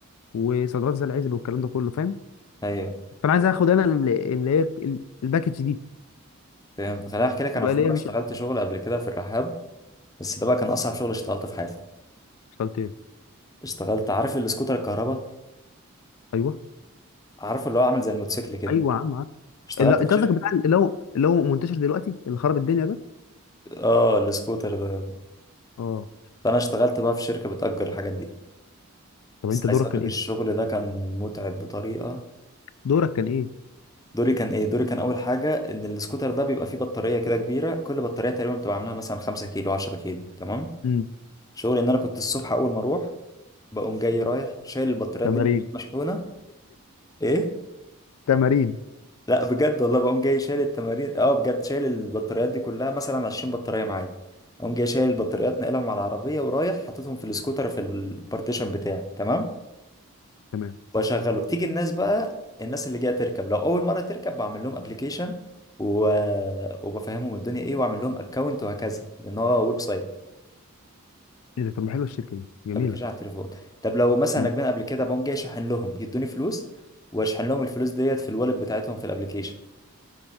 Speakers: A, on the left (about 80°); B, on the left (about 15°).
A: وصيدلات زي العزب والكلام ده كله فاهم
B: ايوه
A: فانا عايز اخد انا ال- اللي هي ال- الباكج دي
B: فهمت خليني احكي لك
A: يبقى
B: انا في
A: ليا
B: مره
A: مش
B: اشتغلت شغل قبل كده في الرحاب بس ده بقى كان اصعب شغل اشتغلته في حياتي
A: اشتغلت ايه
B: اشتغلت عارف السكوتر الكهرباء
A: ايوه
B: عارف اللي هو عامل زي الموتوسيكل كده
A: ايوه يا عم
B: اشتغلت
A: اللي انت
B: في شركه
A: قصدك بتاع اللي هو اللي هو منتشر دلوقتي اللي خرب الدنيا ده
B: اه السكوتر ده
A: اه
B: فانا اشتغلت بقى في شركه بتأجر الحاجات دي
A: طب
B: بس
A: انت دورك
B: عايز اقول
A: كان
B: لك
A: ايه
B: الشغل ده كان متعب بطريقه
A: دورك كان ايه
B: دوري كان ايه دوري كان اول حاجه ان السكوتر ده بيبقى فيه بطاريه كده كبيره كل بطاريه تقريبا بتبقى عاملاها مثلا 5 كيلو 10 كيلو تمام
A: امم
B: شغلي ان انا كنت الصبح اول ما اروح بقوم جاي رايح شايل البطاريات
A: تمارين
B: دي من البيت مشحونه ايه
A: تمارين
B: لا بجد والله بقوم جاي شايل التمارين اه بجد شايل البطاريات دي كلها مثلا 20 بطاريه معايا اقوم جاي شايل البطاريات ناقلهم على العربيه ورايح حاططهم في السكوتر في البارتيشن بتاعي تمام
A: تمام
B: واشغله تيجي الناس بقى الناس اللي جايه تركب لو اول مره تركب بعمل لهم ابلكيشن و... وبفهمهم الدنيا ايه واعمل لهم اكونت وهكذا لان هو ويب سايت
A: ايه ده طب ما حلوه الشركه دي جميله
B: ابلكيشن على التليفون طب لو مثلا
A: مم.
B: راكبين قبل كده بقوم جاي اشحن لهم يدوني فلوس واشحن لهم الفلوس ديت في الوالlet بتاعتهم في الابلكيشن